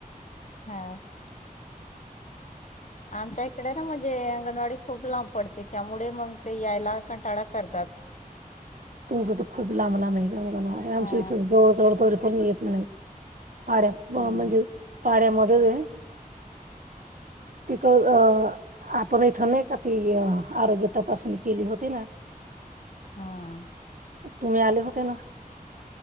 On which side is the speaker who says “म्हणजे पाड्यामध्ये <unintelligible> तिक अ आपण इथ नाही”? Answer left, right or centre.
Right